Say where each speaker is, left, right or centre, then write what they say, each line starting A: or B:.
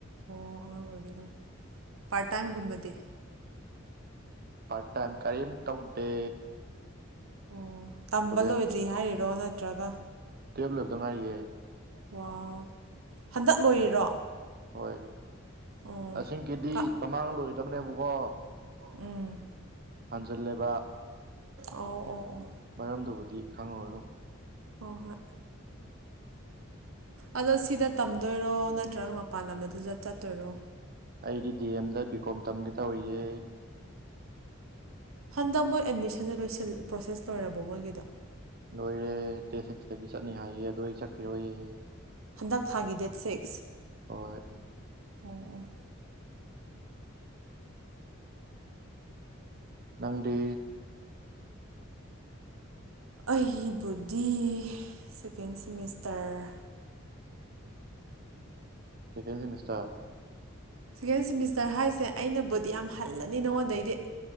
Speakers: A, on the right; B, on the right.
A: ꯑꯣ ꯑꯉꯥꯡ ꯑꯣꯏꯔꯤ ꯑ ꯄꯥꯔꯠ ꯇꯥꯏꯝꯒꯨꯝꯕꯗꯤ
B: ꯄꯥꯔꯠ ꯇꯥꯏꯝ ꯀꯔꯤꯝ ꯇꯧꯗꯦ
A: ꯑꯣ ꯇꯝꯕ
B: ꯀꯣꯂꯦꯖꯇ
A: ꯂꯣꯏꯗ꯭ꯔꯤ ꯍꯥꯏꯔꯤꯔꯣ ꯅꯠꯇ꯭ꯔꯒ
B: ꯇꯨꯌꯦꯜꯞ ꯂꯣꯏꯕꯗ ꯉꯥꯏꯔꯤꯌꯦ
A: ꯋꯥꯎ ꯍꯟꯗꯛ ꯂꯣꯏꯔꯤꯔꯣ
B: ꯍꯣꯏ
A: ꯑꯣ
B: ꯑꯁꯦꯡꯀꯤꯗꯤ
A: ꯀ
B: ꯃꯃꯥꯡ ꯂꯣꯏꯒꯗꯕꯅꯦꯕꯀꯣ
A: ꯎꯝ
B: ꯍꯟꯖꯤꯜꯂꯦꯕ
A: ꯑꯣ -ꯑꯣ -ꯑꯣ
B: ꯃꯔꯝꯗꯨꯕꯨꯗꯤ ꯈꯪꯉꯨꯔꯅꯨ
A: ꯍꯣꯏ- ꯍꯣꯏ ꯑꯗꯣ ꯁꯤꯗ ꯇꯝꯗꯣꯏꯔꯣ ꯅꯠꯇ꯭ꯔꯒ ꯃꯄꯥꯟ ꯂꯝꯗꯗ ꯆꯠꯇꯣꯏꯔꯣ
B: ꯑꯩꯗꯤ ꯗꯤ ꯑꯦꯝꯗ ꯕꯤꯀꯣꯝ ꯇꯝꯒꯦ ꯇꯧꯔꯤꯌꯦ
A: ꯍꯟꯗꯛ ꯃꯣꯏ ꯑꯦꯗꯃꯤꯁꯟꯗ ꯂꯣꯏꯁꯤꯜ ꯄ꯭ꯔꯣꯁꯦꯁ ꯂꯣꯏꯔꯕꯣ ꯃꯣꯏꯒꯤꯗꯣ
B: ꯂꯣꯏꯔꯦ ꯗꯦꯠ ꯁꯤꯛꯁꯇꯒꯤ ꯆꯠꯅꯤ ꯍꯥꯏꯌꯦ ꯑꯗꯨꯗꯣ ꯑꯩ ꯆꯠꯈꯤꯔꯣꯏꯌꯦ
A: ꯍꯟꯗꯛ ꯊꯥꯒꯤ ꯗꯦꯠ ꯁꯤꯛꯁ
B: ꯍꯣꯏ
A: ꯑꯣ- ꯑꯣ
B: ꯅꯪꯗꯤ
A: ꯑꯩꯕꯨꯗꯤ second semester
B: second semester
A: second semester ꯍꯥꯏꯁꯦ ꯑꯩꯅꯕꯨꯗꯤ ꯌꯥꯝ ꯍꯜꯂꯅꯤ ꯅꯉꯣꯟꯗꯩꯗꯤ